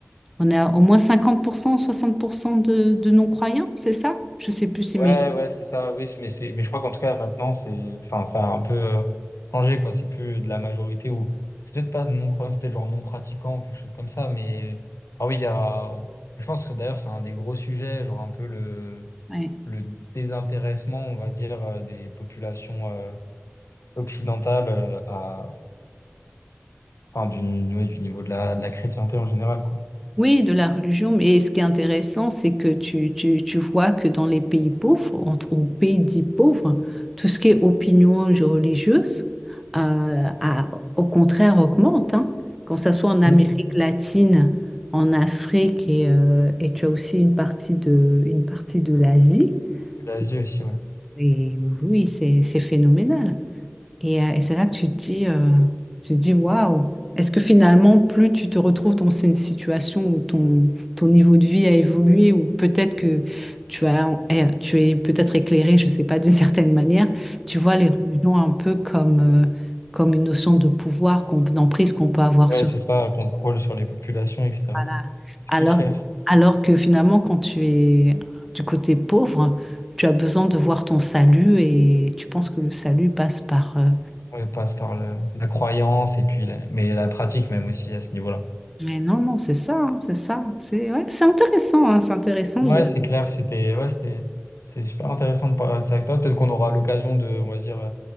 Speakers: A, in the centre; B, on the left (about 80°).
A: on a au moins cinquante pour cent, soixante pour cent de, de non-croyants, c'est ça? Je sais plus si
B: Ouais,
A: mes...
B: ouais, c'est ça, oui, mais c'est, mais je crois qu'en tout cas, maintenant, c'est, enfin, ça a un peu euh, changé, quoi. C'est plus de la majorité ou, c'est peut-être pas non-croyant, c'est peut-être genre non-pratiquant ou quelque chose comme ça, mais, ah oui, il y a, je pense que d'ailleurs, c'est un des gros sujets, genre un peu le,
A: Ouais.
B: le désintéressement, on va dire, euh, des populations euh, occidentales euh, à, enfin, du, ouais, du niveau de la, de la chrétienté en général, quoi.
A: Oui, de la religion, mais ce qui est intéressant, c'est que tu, tu, tu vois que dans les pays pauvres, entre, ou pays dits pauvres, tout ce qui est opinion religieuse, euh, a- au contraire, augmente, hein. Quand ça soit en Amérique
B: Mm.
A: latine, en Afrique, et, euh, et tu as aussi une partie de, une partie de l'Asie, c'est-
B: L'Asie aussi, ouais.
A: et oui, oui, c'est c'est phénoménal. Et, euh, et c'est là que tu te dis, euh, tu te dis, waouh, est-ce que finalement, plus tu te retrouves dans une situation où ton, ton niveau de vie a évolué, ou peut-être que tu as, eh, tu es peut-être éclairé, je sais pas, d'une <laughs> certaine manière, tu vois les religions un peu comme, euh, comme une notion de pouvoir, qu'on, d'emprise qu'on peut avoir
B: Ouais,
A: sur
B: c'est
A: toi.
B: ça, contrôle sur les populations, etc.
A: Voilà.
B: C'est
A: Alors,
B: clair.
A: alors que finalement, quand tu es du côté pauvre, tu as besoin de voir ton salut et tu penses que le salut passe par, euh,
B: Ouais, passe par le- la croyance et puis la- mais la pratique même aussi à ce niveau-là.
A: Mais non, non, c'est ça, hein, c'est ça. C'est ouais, c'est intéressant, hein, c'est intéressant
B: Ouais,
A: de...
B: c'est clair, c'était ouais, c'était c'est super intéressant de parler de ça avec toi. Peut-être qu'on aura l'occasion de, on va dire, euh,